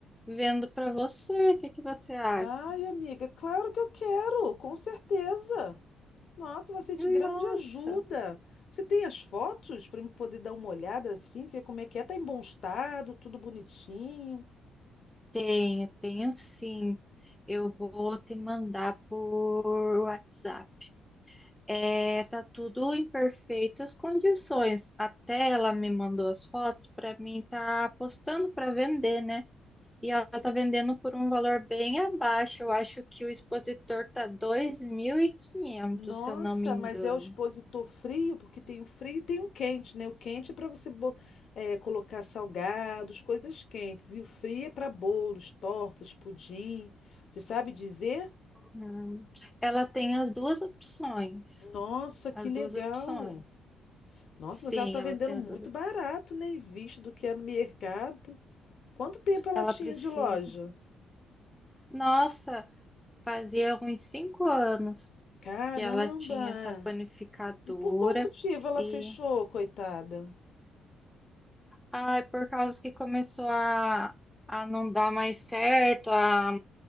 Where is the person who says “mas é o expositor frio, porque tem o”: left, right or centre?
Left